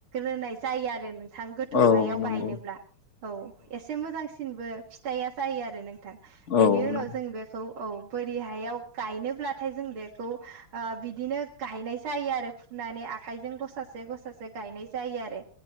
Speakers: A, on the right (about 70°); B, on the left (about 45°).
A: नाय जायो आरो थां गोथौ
B: औ
A: हायाव
B: नंगौ
A: गायनोब्ला औ एसे मोजांसिनबो फिथाइआ जायो आरो नोंथां बिनि
B: औ
A: उनाव
B: नंगौ
A: जों बेखौ औ बोरि हायाव गायनोब्लाथाय जों बेखौ ओ बिदिनो गायनाय जायो आरो होननानै आखाइजों गसासे गसासे गायनाय जायो आरो